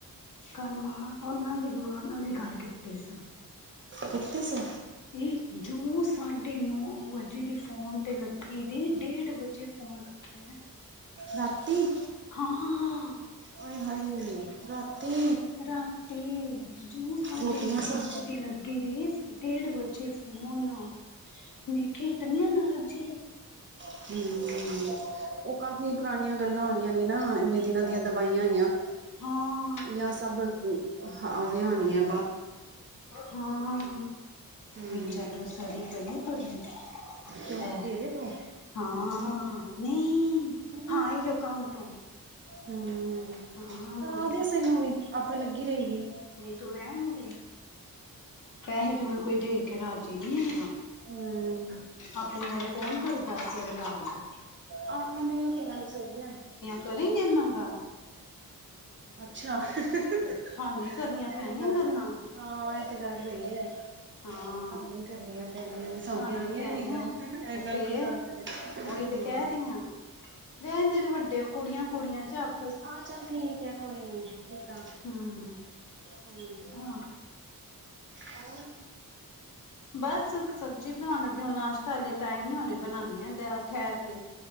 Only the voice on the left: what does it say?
ਗੱਲ ਆ, ਉਹਨਾਂ ਦੀ ਮਾਂ ਨਾਲ ਵੀ ਗੱਲ ਕੀਤੀ ਸਾ
ਇਹ ਜੋ ਸਾਢੇ ਨੌ ਵਜੇ ਦੀ ਫੋਨ ਤੇ ਲੱਗੀ ਦੀ, ਡੇਢ ਵਜੇ ਫੋਨ ਰੱਖਿਆ
ਹਾਂ
ਰਾਤੀ, ਜੋ ਸਾਢੇ
ਨੌ
ਵਜੇ ਦੀ ਲੱਗੀ ਦੀਦੀ, ਡੇਢ ਵਜੇ ਫੋਨ ਮੈਂ ਕਿਹਾ, ਇਤਨੀਆਂ ਨਾ ਰੁੱਝੇ
ਹਾਂ
ਹਾਂ
ਚ ਸੜੀ ਪਈ ਬੜੀ
ਹੈ,
ਹਾਂ, ਨਹੀਂ
ਹਾਂ ਇਹੀਓ ਕੰਮ ਤੋਂ
ਹਾਂ
ਤੁ ਰਹਿਣ ਦੇ ਪੈਸੇ ਤੋਂ ਵੇਂ ਕੋਈ, ਦੇ ਕੇ ਰਾਜੀ ਨੀ
ਆਪਣੀ ਵਾਰੀ ਕੋਨ ਕਰਦਾ ਸਾਨੂੰ ਯਾਦ
ਕਰੇਗੀ ਮੇਰੇ ਨਾਲ ਗੱਲ
ਤੇ ਤੁਹਾਨੂੰ ਹੀ ਕਰਨੀਆਂ ਪੈਣੀਆਂ
ਗੱਲਾਂ
ਹਾਂ
ਥਾਨੀ
ਪੈਣੀਆਂ
ਤੇ
ਫੇਰ
ਉਹੀ ਤੇ ਕਹਿ ਰਹੀ ਰਹਿੰਦੇ ਤੇ ਵੱਡੇ ਕੁੜੀਆਂ ਕੁੜੀਆਂ ਚ ਆਪ
ਹੂੰ
ਹਾਂ।
ਬਸ ਸਬਜ਼ੀ ਬਣਾਣ ਲੱਗੇ ਹੁਣ ਨਾਸ਼ਤਾ ਹਾਲੇ ਟਾਈਮ ਨਾਲ ਨੀ ਬਣਾਦੀ ਆ ਠਹਿਰ ਕੇ